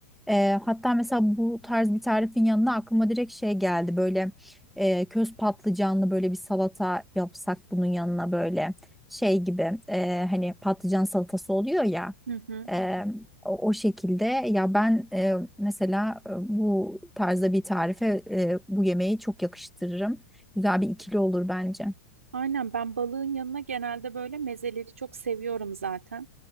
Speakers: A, in the centre; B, on the right.
A: E, hatta mesela bu tarz bir tarifin yanına aklıma direkt şey geldi. Böyle e, köz patlıcanlı böyle bir salata yapsak bunun yanına böyle şey gibi e, hani patlıcan salatası oluyor ya.
B: Hı hı.
A: Eee, o, o şekilde ya ben eee, mesela eee, bu tarzda bir tarife eee, bu yemeği çok yakıştırırım. Güzel bir ikili olur bence.
B: Aynen ben balığın yanına genelde böyle mezeleri çok seviyorum zaten.